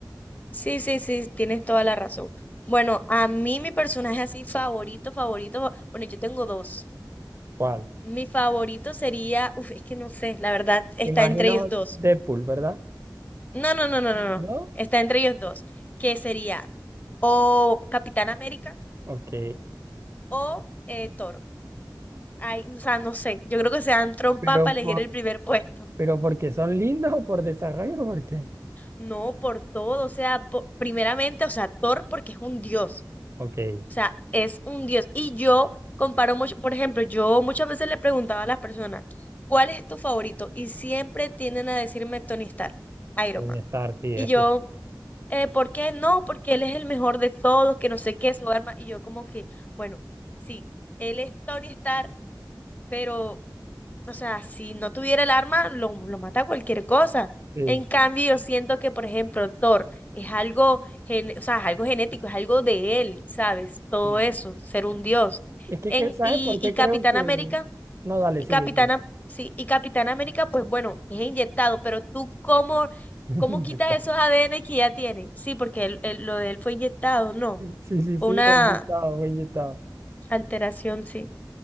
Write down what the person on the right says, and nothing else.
¿Cuál?
Imagino
Deadpool, ¿verdad?
¿No?
Ok.
Pero,
¿Pero porque son lindos o por desarrollo o por qué?
Ok,
Tony
Stark, sí,
es
que
sí,
sí,
Es que,
que, ¿sabes
por qué
creo que...?
No, dale,
sigue,
sigue.
<laughs>
está.
Sí, sí,
sí,
buen yutao, buen yutao.